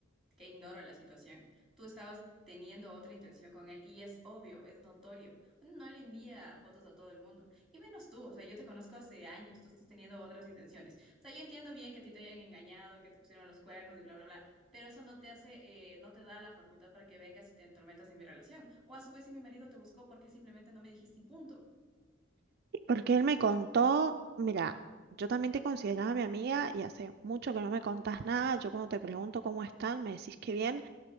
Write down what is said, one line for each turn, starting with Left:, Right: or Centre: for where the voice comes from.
Centre: que ignoro la situación. Tú estabas teniendo otra intención con él y es obvio, es notorio. Uno no le envía fotos a todo el mundo. Y menos tú, o sea, yo te conozco hace años, tú estás teniendo otras intenciones. O sea, yo entiendo bien que a ti te hayan engañado, que te pusieron los cuernos y bla, bla, bla. Pero eso no te hace, eh, no te da la facultad para que vengas y te entrometas en mi relación. O a su vez, si mi marido te buscó, porque simplemente no me dijiste y punto?
Right: Porque él me contó, mira, yo también te consideraba mi amiga y hace mucho que no me contás nada. Yo cuando te pregunto cómo están, me decís que bien